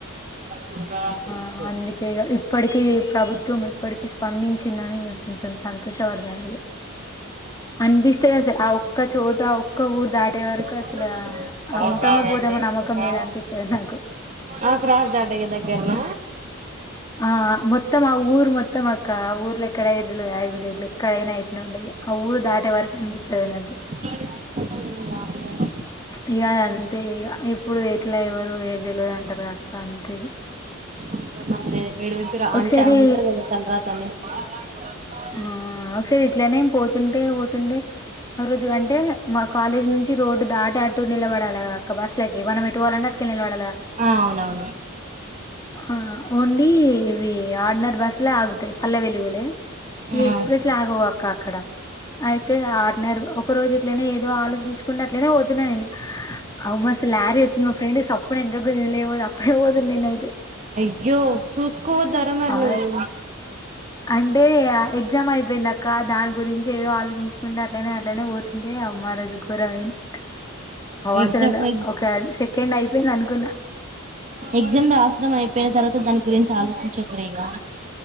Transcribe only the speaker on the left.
ఆ అందుకే ఇగ ఇప్పటికీ ప్రభుత్వం ఇప్పటికి స్పందించిందని కొంచెం సంతోషపడతారు అనిపిస్తది అసలు ఆ ఒక్క చోటు ఆ ఒక్క ఊరు దాటే వరకు
అసలు
ఆ
ఉంటామా
పోతామా నమ్మకం
లేదు అనిపిత్తది నాకు
ఆ మొత్తం ఆ ఊరు మొత్తం అక్క ఆ ఊరు ఎక్కడ ఐయేద్ తెల్వదు ఎక్కడైన నుండి ఆ ఊరు దాటే వరకు అనిపిత్తది నాకి
ఇగ అంతే ఇగ ఇప్పుడు ఎట్లా ఎవరు ఏ తెలియదు అంటారు గాక్క అంతే
ఒకసారి
ఆ ఒకసారి ఇట్లనే ఏం పోతుంటే పోతుంటే ఆ రోజు అంటే మా కాలేజ్ నుంచి రోడ్డు దాటి అటు నిలబడాలిగా అక్క బస్లకి మనం ఎట్టు పొవాలంటే అటు కీ నిలబడాలి గా
ఆ ఉండి ఇవి ఆడీనర్ బస్లే ఆగుతాయి పల్లె వెలుగులే ఇవి
ఎక్స్ప్రెస్ అగావు అక్క అక్కడ అయితే ఆడినరీ ఒక్ ఒక్క రోజు ఇట్లనే ఏదో ఆలోచించుకుండా అట్లనే పోతున్నా నేను అమ్ అసల్ లారీ వచ్చింది మా ఫ్రెండ్ సప్ ఇప్పుడు వెనకకు గుంజిలు లేకపోతే అప్పుడే పోదుండే నేనైతే
ఆ,
అంటే ఎగ్జామ్ అయిపోయింది అక్క దాని గురించి ఏదో ఆలోచిం కుంటే అట్లనే అట్లనే పోతుండే అమ్మ రోజు ఘోరం అయింది
అసలు
ఒక సెకండ్ అయిపోయింది అనుకున్నా